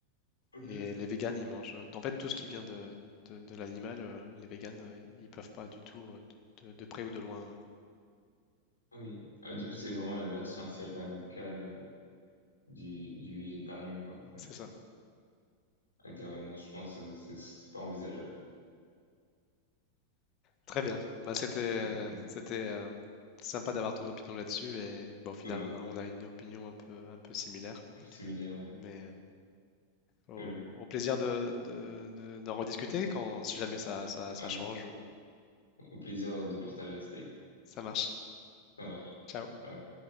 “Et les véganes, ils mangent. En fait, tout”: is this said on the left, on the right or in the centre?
Left